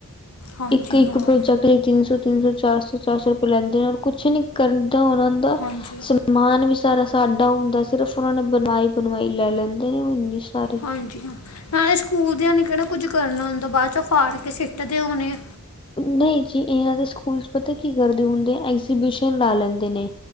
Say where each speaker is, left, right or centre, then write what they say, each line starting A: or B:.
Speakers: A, on the left; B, on the left.
A: ਹਾਂਜੀ
B: ਇੱਕ-ਇੱਕ
A: ਹਾਂ
B: ਪ੍ਰੋਜੈਕਟ- ਤੇ ਤਿੰਨ ਸੌ-ਤਿੰਨ ਸੌ ਚਾਰ ਸੌ-ਚਾਰ ਸੌ ਰੁਪਏ ਲੈਂਦੇ ਨੇ ਕੁੱਛ ਨੀ ਕਰਦਾ ਉਹਨਾਂ ਦਾ
A: ਹਾਂਜੀ।
B: ਮਾਨ ਵੀ ਸਾਰਾ ਸਾਡਾ ਹੁੰਦਾ ਸਿਰਫ ਉਹਨਾਂ ਨੇਂ ਬਣਵਾਈ- ਬਣਵਾਈ ਲੈ ਲੈਂਦੇ ਨੇਂ ਇੰਨੀ ਸਾਰੀ
A: ਹਾਂਜੀ ਹਾਂ, ਨਾਲੇ ਸਕੂਲ ਦੀਆਂ ਨੇਂ ਕਿਹੜਾ ਕੁੱਝ ਕਰਨਾ ਹੁੰਦਾ ਬਾਅਦ ਚੋਂ ਫੜ ਕੇ ਸਿੱਟਦੇ ਹੋਣੇ ਆ
B: ਨਈਂ ਜੀ, ਇਹਨਾਂ ਦੇ ਸਕੂਲ ਪਤਾ ਕੀ ਕਰਦੇ ਹੁੰਦੇ ਆ ਐਗਜੀਬਿਸ਼ਨ ਲਾ ਲੈਂਦੇ ਨੇਂ।